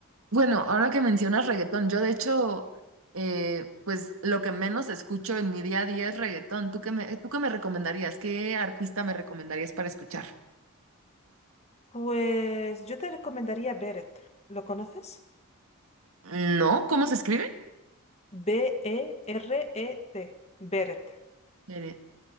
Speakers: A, on the right; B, on the left.
A: bueno, ahora que mencionas reggaetón, yo de hecho eh, pues lo que menos escucho en mi día a día es reggaetón. ¿Tú qué me, tú qué me recomendarías? ¿Qué artista me recomendarías para escuchar?
B: Pues yo te recomendaría Beret. ¿Lo conoces?
A: ¿No? ¿Cómo se escribe?
B: B-E-R-E-T. Beret.
A: Eh,